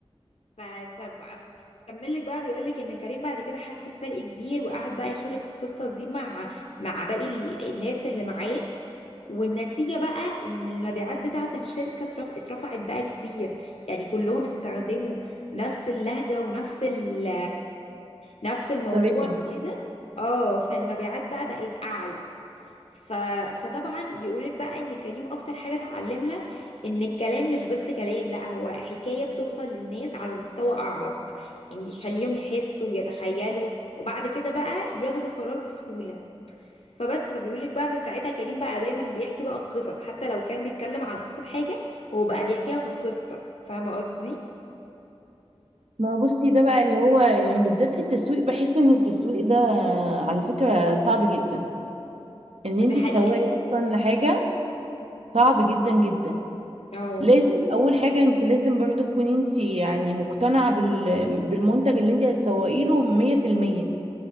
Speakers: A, on the left; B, on the right.
A: ف ف كمل لك بقى بيقول لك ان كريم بعد كده حس بفرق كبير وقعد بقى يشارك القصه دي مع مع باقي ال- الناس اللي معاه والنتيجه بقى ان المبيعات بتاعه الشركه اترف- اترفعت بقى كتير يعني كلهم استخدموا نفس اللهجه ونفس ال نفس الموضوع
B: طريقه
A: ده كده اه فالمبيعات بقى بقت اعلى ف... فطبعا بيقولك بقى ان كريم اكتر حاجة اتعلمها ان الكلام مش بس كلام لا هو حكاية بتوصل للناس على مستوى اعمق يعني بيخليهم يحسوا ويتخيلوا وبعد كده بقى ياخدوا قرار بسهولة فبس فبيقولك بقى من ساعتها كريم بقى دايما بيحكي بقى القصص حتى لو كان بيتكلم عن ابسط حاجة هو بقى بيحكيها كقصة فاهمة قصدي
B: ما هو بصي ده بقى اللي هو يعني بالذات في التسويق بحس ان التسويق ده على فكره صعب جدا ان انت
A: دي حقيقة
B: تسوقي اصلا لحاجه صعب جدا جدا
A: اه
B: لازم اول حاجه انت لازم برضو تكوني انت يعني مقتنعه بال... بالمنتج اللي انت هتسوقي له 100%